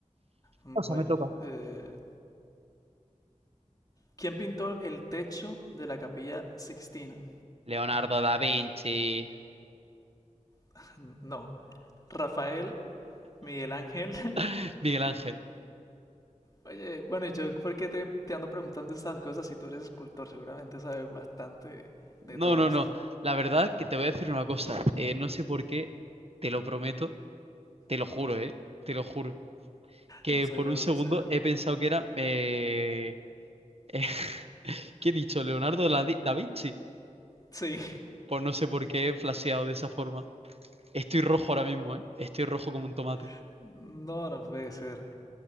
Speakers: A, on the left (about 30°); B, on the right (about 50°).
A: Bueno,
B: O sea, me toca.
A: eh, ¿Quién pintó el techo de la Capilla Sixtina?
B: Leonardo da Vinci,
A: <laughs> No. Rafael, Miguel Ángel. <laughs>
B: <laughs> Miguel Ángel.
A: Oye, bueno, yo por qué te, te ando preguntando estas cosas si tú eres escultor, seguramente sabes bastante
B: No,
A: de todo
B: no,
A: esto.
B: no. La verdad que te voy a decir una cosa. eh, no sé por qué, te lo prometo, te lo juro, ¿eh? Te lo juro. Que
A: No sé
B: por
A: yo,
B: un segundo
A: no sé yo.
B: he pensado que era... eh, eh, <laughs> ¿qué he dicho? Leonardo la Di- da Vinci.
A: Sí,
B: Pues no sé por qué he flasheado de esa forma. Estoy rojo ahora mismo, ¿eh? Estoy rojo como un tomate.
A: <laughs> no, no puede ser.